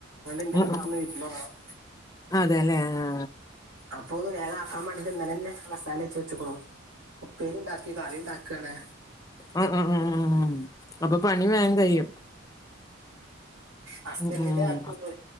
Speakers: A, on the right; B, on the left.
A: എന്റെ
B: ഉം
A: വീട്ടിൽ നിന്ന് വീരുന്ന് പോണം.
B: അതെല്ലേ ആ
A: അപ്പൊ ഒന്ന് വേഗ ആക്കാൻ വേണ്ടിട്ട്ഇന്നലെ തന്നെ മസാല തേച്ച് വെച്ച്ക്നു ഉപ്പേരി ഇണ്ടാക്കി കറിയുണ്ടാക്കാണ്
B: ഉം ഉം ഉ അപ്പൊ പണി വേഗം കഴിയും
A: ഹസ്ബൻഡിന്റ
B: ഉം ഉം ഉം
A: ആക്കൾക്കോ